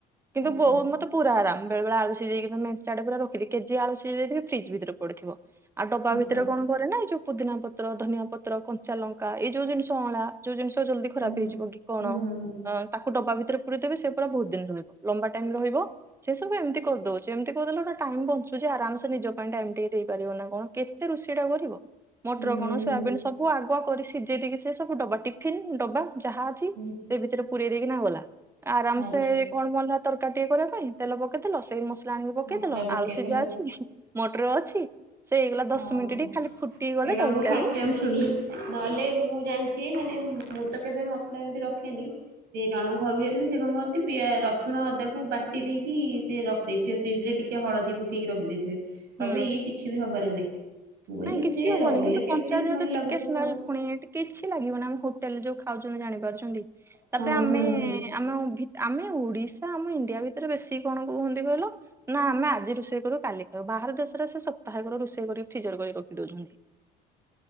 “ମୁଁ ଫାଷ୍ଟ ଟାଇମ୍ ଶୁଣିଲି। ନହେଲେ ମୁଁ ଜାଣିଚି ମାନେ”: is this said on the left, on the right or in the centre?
Right